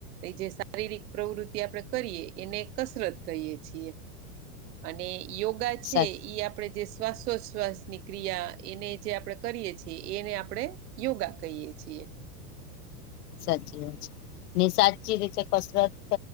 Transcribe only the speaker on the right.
એ જે શારીરિક પ્રવૃત્તિ આપણે કરીએ એને કસરત કહીએ છીએ. અને યોગા છે
ઈ આપડે જે શ્વાસો શ્વાસની ક્રિયા એને જે આપણે કરીએ છીએ એને આપણે યોગા કહીએ છીએ.